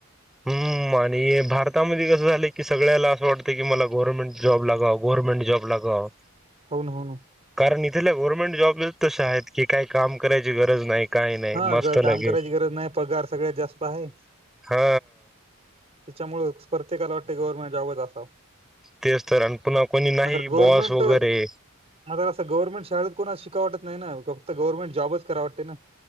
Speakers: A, in the centre; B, on the right (about 30°).
A: हम्म आणि भारत. आतामध्ये कसं झाले की सगळ्याला असं वाटतं की मला गव्हर्नमेंट जॉब लागव गव्हनमेंट जॉब लागाव.
B: होन होन
A: कारण इथेल्या गव्हर्नमेंट जॉब तस आहेत की काही काम करायची गरज नाही. काही नाही
B: हा
A: मस्त
B: काम
A: लगे
B: करायची गरज नाही पगार सगळ्यात जास्त आहे.
A: हा.
B: त्याच्यामुळं प्रत्येकाला वाटते गव्हर्नमेंट जॉबच असावं.
A: तेच तर आणि पुन्हा कोणी नाही
B: म्र गवर्मेंट
A: बॉस वगैरे
B: म्र असं गवर्मेंट शाळेत कोणा वाटत नाही ना फक्त गव्हर्मेट जॉबच करावटते ना.